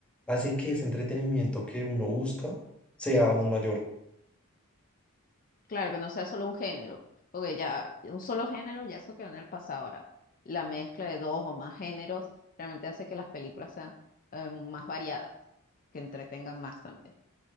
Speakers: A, in the centre; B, on the left.
A: hace que ese entretenimiento que uno busca sea aún mayor.
B: Claro, que no sea solo un género, porque ya un solo género ya eso quedó en el pasado ahora. La mezcla de dos o más géneros realmente hace que las películas sean eh, más variadas, que entretengan más también.